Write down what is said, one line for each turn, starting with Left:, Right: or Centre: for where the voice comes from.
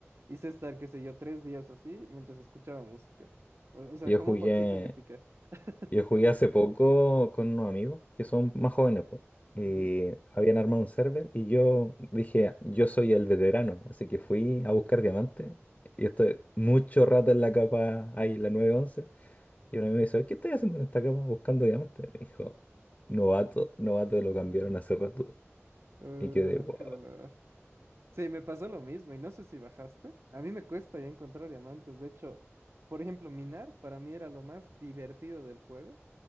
Right: Hice estar, qué sé yo, tres días así mientras escuchaba música. O, o sea,
Left: Yo
Right: como
Left: jugué
Right: un botcito que pica. <laughs>
Left: Yo jugué hace poco con unos amigos que son más jóvenes, po, y
Right: Ujú.
Left: habían armado un server y yo dije, yo soy el veterano, así que fui a buscar diamantes y estoy mucho rato en la capa ahí, la nueve once y un amigo me dice, ¿qué estás haciendo en esta capa buscando diamantes? Me dijo, novato, novato, lo cambiaron hace rato
Right: Uh,
Left: y quedé, wow.
Right: qué dolor. Sí, me pasó lo mismo y no sé si bajaste. A mí me cuesta ya encontrar diamantes. De hecho, por ejemplo, minar para mí era lo más divertido del juego.